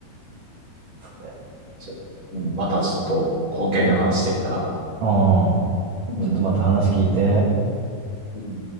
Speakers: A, on the right; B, on the right.
A: そうだよね
B: ちょ、うん、またちょっと、この件で話してきたら、
A: ああ、
B: うん。
A: ちょっとまた話聞いて。
B: うん